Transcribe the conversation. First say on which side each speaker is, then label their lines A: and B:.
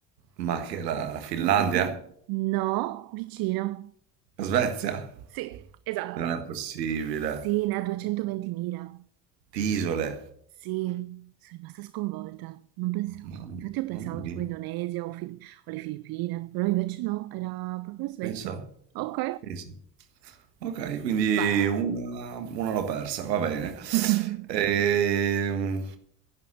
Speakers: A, on the right; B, on the right.
A: Ma che è la, la Finlandia?
B: Mm, mm, mm. No, vicino.
A: La Svezia?
B: Sì, esatto.
A: Non è possibile.
B: Sì, ne ha 220.000.
A: Di isole.
B: Sì, sono rimasta sconvolta, non pensavo.
A: Mamma,
B: Infatti io pensavo
A: mamma mia,
B: tipo Indonesia o, Fil- o le Filippine, però invece no, era proprio la Svezia.
A: pensa,
B: Ok,
A: pensa. Ok, quindi
B: vai.
A: una, una l'ho persa, va bene.
B: <laughs>
A: Ehm,